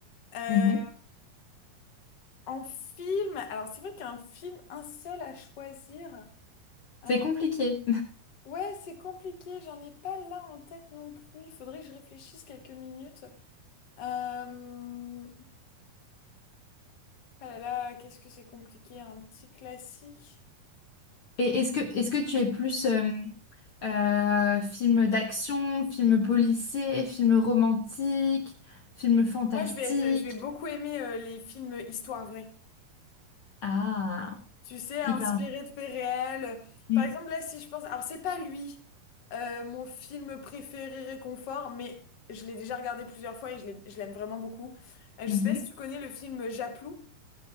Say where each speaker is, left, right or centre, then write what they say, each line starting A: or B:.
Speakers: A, on the left (about 50°); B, on the left (about 65°).
A: Euh,
B: Mhm.
A: en film alors c'est vrai qu'un film un seul à choisir
B: C'est
A: euh,
B: compliqué.
A: ouais c'est compliqué j'en ai pas là en tête non plus il faudrait que je réfléchisse quelques minutes euh, Ah là là, qu'est-ce que c'est compliqué, un petit classique.
B: Et est-ce que, est-ce que tu es plus euh, euh, film d'action, film policier, film romantique, film fantastique?
A: Moi, je vais être, je vais beaucoup aimer euh, les films histoire vraie.
B: Ah,
A: Tu sais, inspirés
B: hyper
A: de faits réels.
B: intéressant.
A: Par exemple, là, si je pense, alors c'est pas lui, euh, mon film préféré réconfort, mais je l'ai déjà regardé plusieurs fois et je l'ai- je l'aime vraiment beaucoup. Euh, je
B: Mhm.
A: sais pas si tu connais le film Japlou.